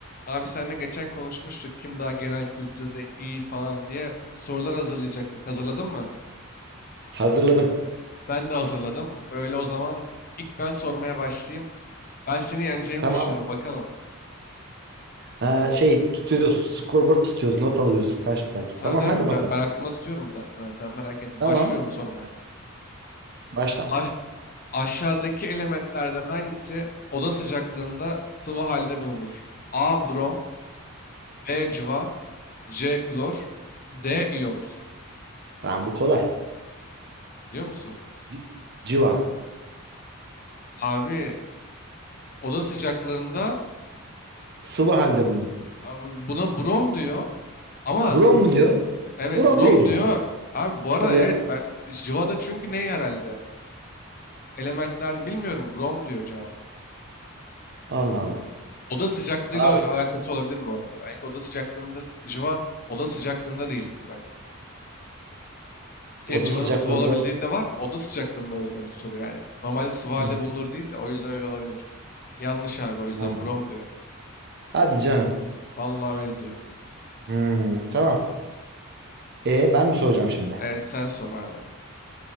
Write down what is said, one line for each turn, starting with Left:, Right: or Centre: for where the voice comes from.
Left: Abi seninle geçen konuşmuştuk kim daha genel kültürde iyi falan diye sorular hazırlayacaktık. Hazırladın mı?
Right: Hazırladım.
Left: Ben de hazırladım. Böyle o zaman ilk ben sormaya başlayayım. Ben seni yeneceğimi
Right: Tamam.
Left: düşünüyorum bakalım.
Right: Ha, şey tutuyoruz. Scoreboard tutuyoruz. Not alıyoruz. Kaçtı kaç.
Left: Tabii
Right: Tamam
Left: tabii
Right: hadi bakalım.
Left: ben, ben hakkımda tutuyorum zaten abi sen merak etme.
Right: Tamam.
Left: Başlıyorum sormaya.
Right: Başla.
Left: Aş- aşağıdaki elementlerden hangisi oda sıcaklığında sıvı halde bulunur? A. Brom B. Cıva C. Klor D. iyot
Right: Tamam bu kolay.
Left: Biliyor musun?
Right: C- Civa.
Left: Abi oda sıcaklığında...
Right: Sıvı halde bulunuyor.
Left: Abi buna Brom diyor ama
Right: Brom mu diyor?
Left: e, evet
Right: Brom
Left: Brom
Right: değil
Left: diyor.
Right: ya.
Left: Abi bu arada
Right: Hadi ya.
Left: evet ben Jiva'da çünkü ney herhalde? Elementlerde bilmiyorum Brom diyor cevabı.
Right: Allah Allah.
Left: Oda sıcaklığıyla
Right: Abi,
Left: alakası olabilir bu arada. Belki oda sıcaklığında s- Jiva oda sıcaklığında değildir belki. Evet
Right: oda
Left: civanın
Right: sıcaklığında.
Left: sıvı olabildiğinde var da oda sıcaklığında olduğunu soruyor yani. Normalde sıvı halde
Right: Hı hı.
Left: bulunur değil de o yüzden öyle olabilir. Yanlış abi o yüzden
Right: Tamam.
Left: Brom diyor.
Right: Hadi canım.
Left: Vallahi öyle diyor.
Right: Hmm, tamam. E ben mi soracağım şimdi?
Left: Evet sen sor abi.